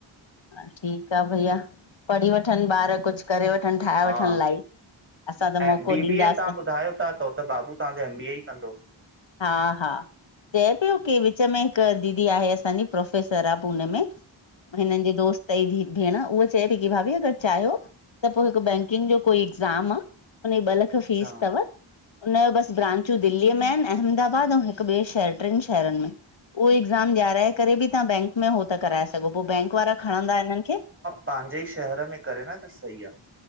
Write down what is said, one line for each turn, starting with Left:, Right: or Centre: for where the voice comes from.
Left: हा ठीक आ भईया, पढ़ी वठन ॿार, कुझ करे वठन, ठाहे
Right: हा
Left: वठन लाइफ। असां त
Right: ऐं
Left: मौक़ो
Right: बीबीए
Left: ॾींदासीं
Right: ताहां ॿुधायो ता त हो बाबू ताहांजो एमबीए ई कंदो।
Left: हा हा चए प्यो की विच में हिक दीदी आहे असांजी प्रोफेसर आ पूने में हिनन जी दोस्त तई भेण उह चए पई की भाभी अगर चाहयो त पो हिक बैंकिंग जो कोई एग्ज़ाम आ हुनजी ॿ लख
Right: अच्छा
Left: फीस तव हुनजो बस ब्रांचू दिल्लीअ में आहिन, अहमदाबाद ऐं हिकु ॿे शहर ट्रिन शहरन में। उहो एग्ज़ाम ॾयाराए करे बि तव्हां बैंक में हो त कराए सघो पो बैंक वारा खणंदा हिनन खे।
Right: पांॼे इ शहर में करे न त सही आ।